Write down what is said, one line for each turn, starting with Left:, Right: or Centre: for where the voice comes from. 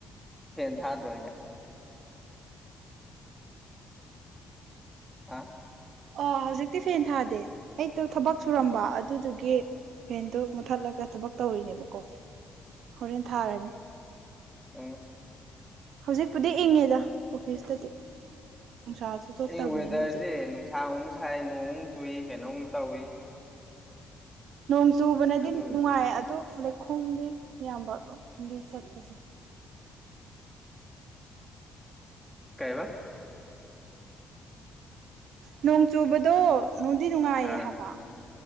Centre: ꯐꯦꯟ ꯊꯥꯗ꯭ꯔꯣ ꯍꯥꯏꯖꯦ ꯍꯥ
Right: ꯑꯣ ꯍꯧꯖꯤꯛꯇꯤ ꯐꯦꯟ ꯊꯥꯗꯦ ꯑꯩꯗꯣ ꯊꯕꯛ ꯁꯨꯔꯝꯕ
Centre: ꯎꯝ
Right: ꯑꯗꯨꯗꯨꯗꯤ ꯒꯤ ꯐꯦꯟꯗꯣ ꯃꯨꯊꯠꯂꯒ ꯊꯕꯛ ꯇꯧꯔꯤꯅꯦꯕꯀꯣ ꯍꯣꯔꯦꯟ ꯊꯥꯔꯅꯤ
Centre: ꯎ
Right: ꯍꯧꯖꯤꯛꯄꯨꯗꯤ ꯏꯪꯉꯦꯗ ꯑꯣꯐꯤꯁꯇꯗꯤ ꯅꯨꯡꯁꯥꯁꯨ ꯊꯣꯛꯇꯕꯅꯤꯅ
Centre: ꯑꯩ ꯋꯦꯗꯔꯁꯦ
Right: ꯍꯧꯖꯤꯛ
Centre: ꯅꯨꯡꯁꯥ ꯃꯨꯛ ꯁꯥꯏ ꯅꯣꯡ ꯃꯨꯛ ꯆꯨꯏ ꯀꯩꯅꯣ ꯃꯨꯛ ꯇꯧꯏ
Right: ꯅꯣꯡ ꯆꯨꯕꯅꯗꯤ
Centre: ꯑꯗꯨ
Right: ꯅꯨꯡꯉꯥꯏ ꯑꯗꯣ ꯂꯩꯈꯣꯝꯗꯤ ꯌꯥꯝꯕ ꯂꯝꯕꯤ ꯆꯠꯄꯁꯦ
Centre: ꯀꯩꯕ
Right: ꯅꯣꯡ ꯆꯨꯕꯗꯣ ꯅꯨꯡꯗꯤ ꯅꯨꯡꯉꯥꯏꯌꯦ
Centre: ꯑꯥ
Right: ꯍꯥꯏꯕ